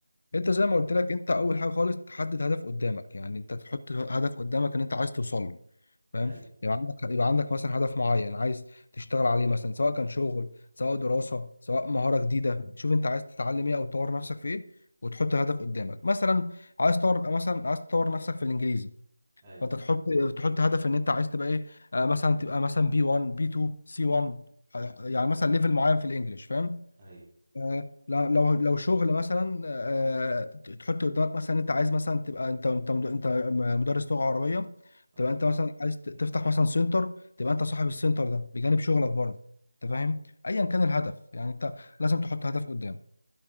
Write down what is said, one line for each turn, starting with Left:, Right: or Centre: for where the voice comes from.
Left: انت زي
Right: امم
Left: ما قلت لك انت اول حاجه خالص تحدد هدف قدامك يعني انت تحط هدف قدامك ان انت عايز توصل له فاهم
Right: ايوه
Left: يبقى عندك يبقى عندك مثلا هدف معين عايز تشتغل عليه مثلا سواء كان شغل سواء دراسة سواء مهارة جديدة شوف انت عايز تتعلم ايه او تطور نفسك في ايه وتحط هدف قدامك مثلا عايز تطور مثلا عايز تطور نفسك في الانجليزي
Right: ايوه
Left: فانت تحط تحط هدف ان انت عايز تبقى ايه آه مثلا تبقى مثلا بي 1 بي 2 سي 1 يعني مثلا ليفل معين في الانجليش فاهم
Right: ايوه
Left: آه، لو لو لو شغل مثلا آه، تحط قدامك مثلا انت عايز مثلا تبقى انت انت انت مدرس لغه عربيه
Right: اه
Left: تبقى انت مثلا عايز ت- تفتح مثلا سنتر تبقى انت صاحب السنتر ده بجانب شغلك برضه انت فاهم ايا كان الهدف يعني انت لازم تحط هدف قدام